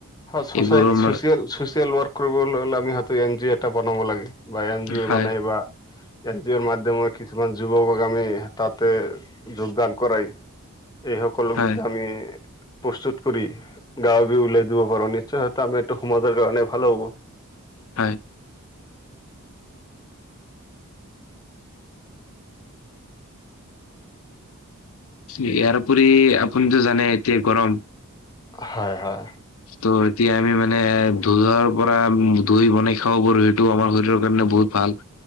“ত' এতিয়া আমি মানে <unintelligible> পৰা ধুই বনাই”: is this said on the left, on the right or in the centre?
Left